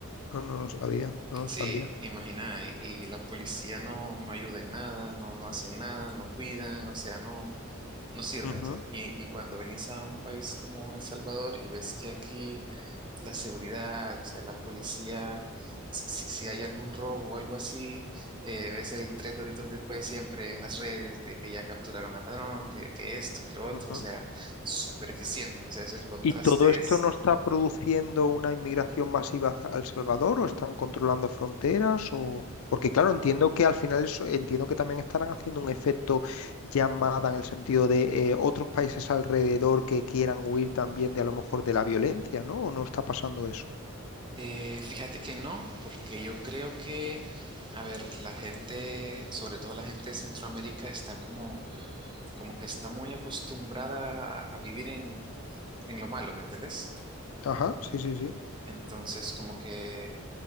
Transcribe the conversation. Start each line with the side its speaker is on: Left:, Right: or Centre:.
Left: No, no lo sabía. No lo
Right: Sí,
Left: sabía.
Right: imagina, y, y la policía no, no ayuda en nada, no, no hacen nada, no cuidan, o sea, no, no sirve.
Left: Ujú,
Right: o sea, y, y cuando venís a un país como El Salvador y ves que aquí la seguridad, o sea, la policía, si, si- si hay algún robo o algo así, eh, ves el tres doritos después siempre en las redes de que ya capturaron al ladrón, que, que esto, que lo otro,
Left: ujú.
Right: o sea, súper eficiente, o sea, es el contraste
Left: ¿Y todo esto
Right: es,
Left: no está produciendo una inmigración masiva hacia El Salvador o están controlando fronteras o porque claro, entiendo que al final eso- entiendo que también estarán haciendo un efecto llamada en el sentido de eh, otros países alrededor que quieran huir también de a lo mejor de la violencia, ¿no? ¿O no está pasando eso?
Right: eh, fíjate que no, porque yo creo que, a ver, la gente, sobre todo la gente de Centroamérica, está como, como que está muy acostumbrada a, a vivir en, en lo malo, ¿me entendés?
Left: Ajá, sí, sí, sí.
Right: Entonces, como que